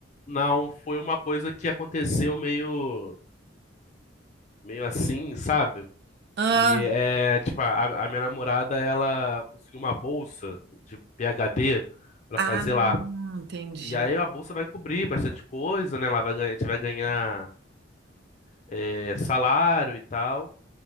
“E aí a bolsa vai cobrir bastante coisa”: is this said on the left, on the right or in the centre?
Left